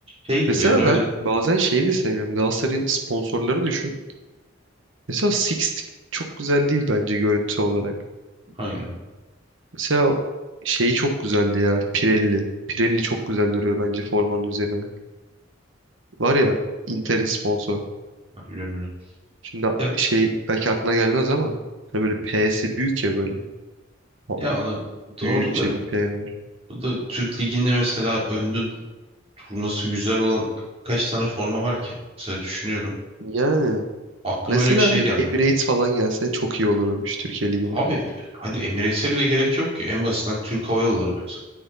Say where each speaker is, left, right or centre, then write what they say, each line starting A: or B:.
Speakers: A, on the right; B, on the right.
A: şey gibi
B: Mesela
A: hani böyle
B: ben bazen şeyi de sevmiyorum. Galatasaray'ın sponsorları düşün. Mesela Six çok güzel değil bence görüntü olarak.
A: aynen.
B: Mesela şeyi çok güzeldi ya. Pirelli. Pirelli çok güzel duruyor bence formanın üzerine. Var ya Inter'in sponsor.
A: Ha, biliyorum biliyorum.
B: Şimdi
A: Ya,
B: şey belki aklına gelmez ama hani böyle P'si büyük ya böyle. Ha-
A: ya onu doğru
B: Büyükçe
A: da
B: bir P var.
A: bu da Türk Ligi'nde mesela öndü turnası güzel olan kaç tane forma var ki? Mesela düşünüyorum.
B: Yani
A: Aklıma
B: mesela
A: öyle bir şey
B: bir
A: gelmiyor.
B: Emirates falan gelse çok iyi olurmuş Türkiye Ligi'ne.
A: Abi hadi Emirates'e bile gerek yok ki. En basitinden Türk Hava Yolları mesela.